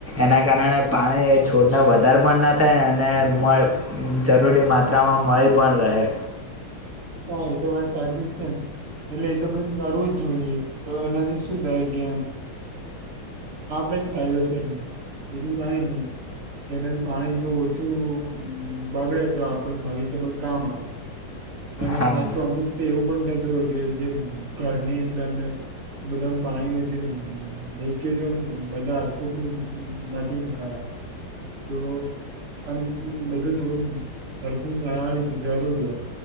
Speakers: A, on the right; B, on the right.
A: એના કારણે પાણી છોડને વધારે પણ ના થાય અને મળ જરૂરી માત્રા મા મળી પણ રહે
B: હા એ તો વાત સાચી જ છે ને એટલે એ તો બધું કરવું જ જોઈએ તો એનાથી શું થાય કે આપડે જ ફાયદો છે બીજું કાઈ નહી એના પાણી જો ઓછું બગડે તો આપડે ભવિષ્યમાં કામ આવે અને
A: હા
B: પાછું અમુક તો એવું પણ થતું હોય કે જે ઘરની અંદરને બધા પાણી નુ જે લી કેજ હોય બધા હરખું પણ નથી કરાવતા તો આમ બધું થોડું હરકુ કરાવાની જરૂર હોય